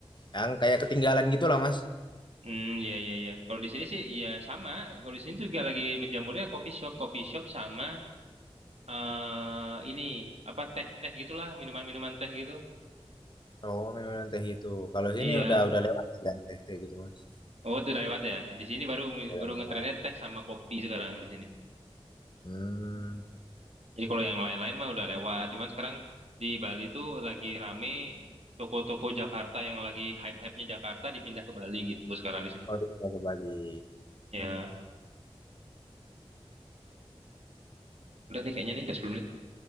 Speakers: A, on the left; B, on the right.
A: yang kayak ketinggalan gitu lah mas
B: Hmm, ya ya ya. Kalau di sini sih ya sama. Kalau di sini juga lagi menjamurnya coffee shop, coffee shop sama eh ini apa teh-teh gitulah, minuman-minuman teh gitu.
A: oh memang teh itu kalau
B: Iya.
A: sini udah udah lewat yang teh teh gitu mas
B: Oh, itu udah lewat ya. Di sini baru
A: udah
B: baru ngetrennya
A: lewat
B: teh sama kopi sekarang di sini.
A: hmm
B: Jadi kalau yang lain-lain mah udah lewat. Cuman sekarang di Bali tuh lagi rame toko-toko Jakarta yang lagi hype-hypenya Jakarta dipindah ke Bali gitu sekarang di sini
A: oh
B: tuh.
A: udah pindah ke Bali
B: Ya, udah nih kayaknya nih udah 10 menit.